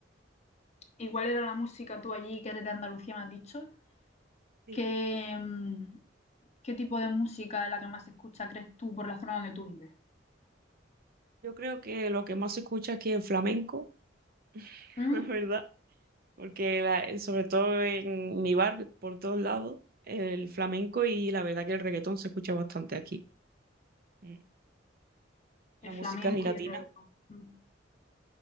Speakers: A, on the left; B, on the right.
A: igual era la música tú allí, que eres de Andalucía, me has dicho.
B: Sí.
A: ¿Qué, mm, qué tipo de música es la que más se escucha, crees tú, por la zona donde tú vives?
B: Yo creo que lo que más se escucha aquí es flamenco, <laughs>
A: ¿Mm?
B: la verdad. porque la- eh, sobre todo en mi barrio, por todos lados, el flamenco y la verdad que el reggaetón se escucha bastante aquí. Mm. La
A: El
B: música
A: flamenco
B: gelatina,
A: y el reggaetón. Mm.